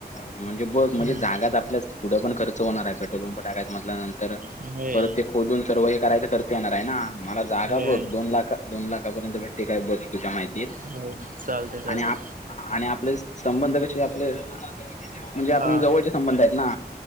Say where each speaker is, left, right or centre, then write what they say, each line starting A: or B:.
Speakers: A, on the left (about 45°); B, on the right (about 50°).
A: म्हणजे बघ म्हणजे
B: हम्म.
A: जागाच आपल्या पुढं पण खर्च होणार आहे पे तो बुंप टाकायचं म्हटल्या नंतर
B: होय
A: परत ते खोदून सर्व हे करायचं तर ते येणार आहे ना मला जागा
B: होय
A: बघ दोन लाखा दोन लाखापर्यंत भेटते काय बघ. चां माहिती
B: होय चालतंय चालतंय
A: आणि आप आणि आपले संबंध कशे आपले म्हणजे आपण
B: हा
A: जवळच्या संबंध आहेत ना